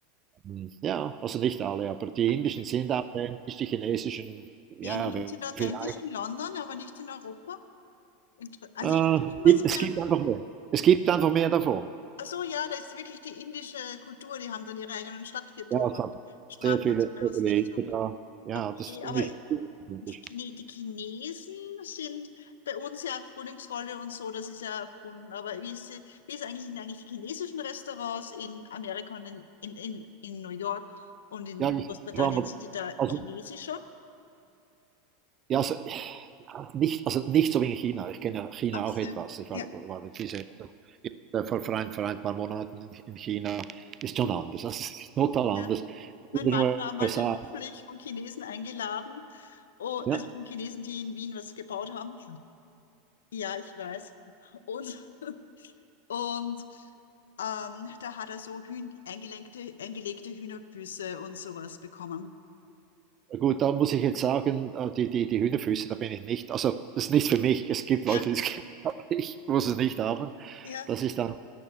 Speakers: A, on the right (about 35°); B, on the left (about 80°).
A: Hm, Ja, also nicht alle, aber die
B: okay.
A: indischen sind authentisch, die chinesischen, ja,
B: Die Indischen sind authentisch
A: vielleicht.
B: in London, aber nicht in Europa. Inter- Also
A: Äh,
B: ich weiß
A: gibt- es
B: mehr.
A: gibt einfach mehr. Es gibt einfach mehr davon.
B: Ach so, ja, da ist wirklich die indische Kultur. Die haben dann ihre eigenen Stadtviertel
A: Ja, es
B: und
A: hat
B: Sprache
A: sehr viele,
B: und so bei
A: sehr
B: uns
A: viele
B: nicht
A: Ängste
B: so.
A: da. Ja,
B: Okay,
A: das ist ziemlich
B: aber
A: problematisch.
B: Chine- Die Chinesen sind bei uns ja Frühlingsrolle und so, das ist ja erfunden. Aber wie ist, sie- wie ist eigentlich, sind eigentlich die chinesischen Restaurants in Amerika und in, in, in, in New York und in
A: Ja, ich
B: Großbritannien?
A: war mal,
B: Sind die da
A: also,
B: chinesischer?
A: ja, also, ja, nicht, also nicht so wie in China. Ich kenne China
B: Achse,
A: auch etwas. Ich war,
B: ja.
A: war diese, äh, vor, vor ein, vor ein paar Monaten in, in China. Ist schon
B: Mhm.
A: anders. Also, es ist total
B: Ja.
A: anders.
B: Mein
A: In den
B: Mann
A: USA.
B: war mal beruflich von Chinesen eingeladen, oh,
A: Ja,
B: also von Chinesen, die in Wien was gebaut haben. Ja, ich weiß. Und <laughs> Und ähm, da hat er so Hühn eingelenkte, eingelegte Hühnerfüße und sowas bekommen.
A: Gut, da muss ich jetzt sagen, äh, die die die Hühnerfüße, da bin ich nicht also, das ist nicht für mich. Es gibt Leute,
B: Ja,
A: die es <laughs> haben, ich muss es nicht haben.
B: ja.
A: Das ist dann